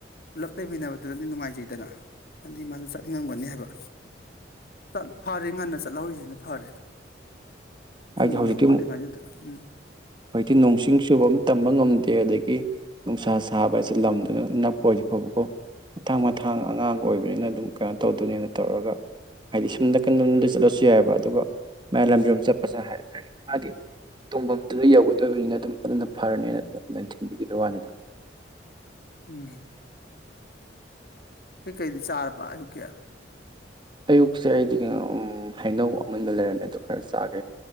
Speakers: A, on the left (about 55°); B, on the right (about 25°).
A: ꯄꯨꯜꯂꯞ ꯂꯩꯃꯤꯟꯅꯕꯗꯨꯅꯗꯤ ꯅꯨꯡꯉꯥꯏꯖꯩꯗꯅ ꯑꯗꯤ ꯃꯥꯁꯨ ꯆꯠꯅꯤꯡꯉꯝꯒꯅꯤ ꯍꯥꯏꯕ ꯇꯠ ꯐꯔꯦ ꯉꯟꯅ ꯆꯠꯍꯧꯔꯤꯁꯤꯅ ꯐꯔꯦ
B: ꯍꯥꯏꯗꯤ
A: ꯏꯪꯉꯤꯉꯩ
B: ꯍꯧꯖꯤꯛꯇꯤ
A: ꯈꯣꯠꯂꯤꯉꯩꯗꯨꯗ ꯎꯝ
B: ꯍꯧꯖꯤꯛꯇꯤ ꯅꯣꯡꯁꯤꯡ ꯆꯨꯕ ꯑꯃ ꯇꯝꯕ ꯉꯝꯗꯦ ꯑꯗꯒꯤ ꯅꯨꯡꯁꯥ ꯁꯥꯕ ꯍꯥꯏꯁꯦ ꯂꯝꯗꯨꯅ ꯅꯛꯄ ꯍꯥꯏꯗꯤ ꯐꯕꯀꯣ ꯃꯊꯥꯡ ꯃꯊꯥꯡ ꯑꯉꯥꯡ ꯑꯣꯏꯕꯅꯤꯅ ꯑꯗꯨꯝ ꯀꯩꯅꯣ ꯇꯧꯗꯣꯏꯅꯦꯅ ꯇꯧꯔꯒ ꯍꯥꯏꯗꯤ ꯁꯨꯝ ꯅꯥꯀꯟꯂꯣꯝꯗ ꯆꯠꯂꯁꯨ ꯌꯥꯏꯑꯕ ꯑꯗꯨꯒ ꯃꯌꯤꯏ ꯂꯝꯕꯤꯔꯣꯝ ꯆꯠꯄꯁꯦ ꯍꯥꯏ ꯍꯥꯏ ꯍꯥꯏꯗꯤ ꯇꯣꯡꯕꯝꯗꯨꯗ ꯌꯧꯒꯗꯣꯏꯕꯅꯤꯅ ꯑꯗꯨꯝ ꯑꯗꯨꯅ ꯐꯔꯅꯦꯅ ꯑꯗꯥꯏ ꯊꯤꯟꯕꯤꯈꯤꯕꯩ ꯋꯥꯅꯦꯗ
A: ꯎꯝ ꯀꯩ ꯀꯩꯗꯤ ꯆꯥꯔꯕ ꯑꯌꯨꯛꯀꯤ
B: ꯑꯌꯨꯛꯁꯦ ꯑꯩꯗꯤ ꯀꯩꯅꯣ ꯎꯝ ꯍꯩꯅꯧ ꯑꯃꯨꯟꯕ ꯂꯩꯔꯝꯃꯦ ꯑꯗꯨ ꯈꯔ ꯆꯥꯒꯔꯦ